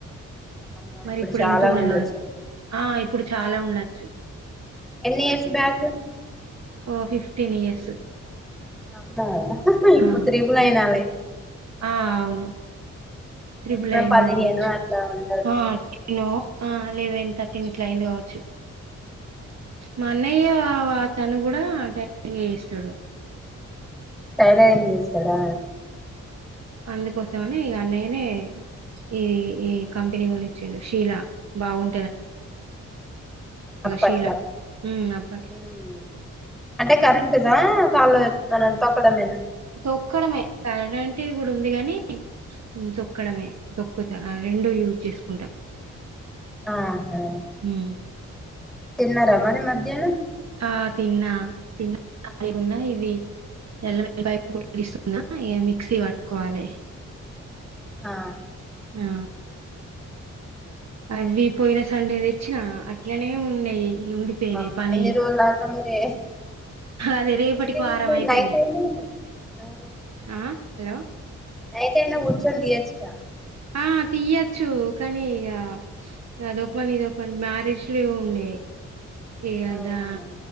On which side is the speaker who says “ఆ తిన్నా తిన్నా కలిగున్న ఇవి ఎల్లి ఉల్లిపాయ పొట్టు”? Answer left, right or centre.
Right